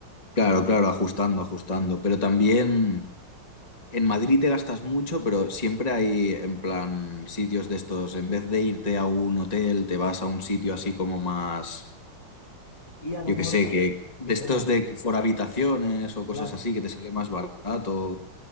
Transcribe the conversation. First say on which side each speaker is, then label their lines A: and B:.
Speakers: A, on the left; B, on the left.
A: Claro, claro, ajustando, ajustando. Pero también en Madrid te gastas mucho, pero siempre hay, en plan, sitios de estos. En vez de irte a un hotel, te vas a un sitio así como más,
B: Y a lo
A: yo
B: mejor
A: qué sé,
B: ta-
A: que de
B: que se
A: estos
B: me,
A: de por habitaciones o cosas
B: claro,
A: así, que te sale más barato.